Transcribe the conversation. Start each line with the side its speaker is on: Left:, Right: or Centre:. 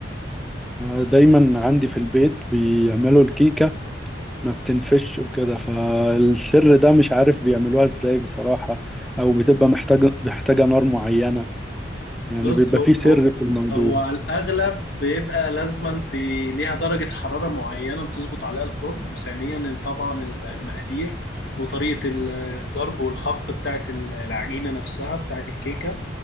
Centre: آه، دايما عندي في البيت بيعملوا الكيكة ما بتنفش وكده فالسر ده مش عارف بيعملوها ازاي بصراحة او بتبقى محتاجة محتاجة نار معينة يعني
Left: بص
Centre: بيبقى
Left: هو
Centre: فيه سر
Left: هو
Centre: في الموضوع
Left: هو على الأغلب بيبقى لازما انت ليها درجة حرارة معينة بتظبط عليها الفرن وثانيا طبعا المقادير وطريقة الضرب والخفق بتاعت العجينة نفسها بتاعت الكيكة